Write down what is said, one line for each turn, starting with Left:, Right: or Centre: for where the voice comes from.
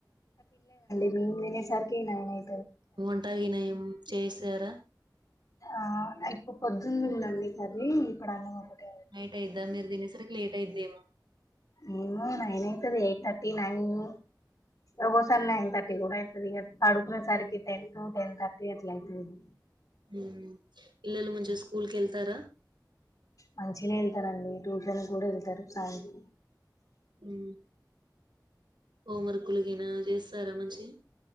Left: మిన్ తినేసరికి నైన్ అయి
Right: వంట గిన ఏం చేస్ తేరా
Left: ఆ ఇప్పుడు పొద్దున్ ఉందండి కర్రీ. ఇప్పుడన్నం ఒకటే
Right: నైట్ అయిద్దా మీరు తినేసరికి లేట్ అయిద్దేమో.
Left: మిన్మం నైన్ అయితది. ఎయిట్ థర్టీ నైను ఒక్కోసారి నైన్ థర్టీ గూడా అయితది. ఇగా పడుకునే సరికి టెన్ను టెన్ థర్టీ అట్లా అయితదేమో.
Right: ఉహ్మ్ పిల్లలు మంచిగా స్కూల్ కేళ్తారా.
Left: మంచినే ఏళ్తారండి. ట్యూషన్ కూడా వెళ్తారు. సాయంత్
Right: ఉహ్ హోంవర్కులుగినా జెస్ తారా మంచెయ్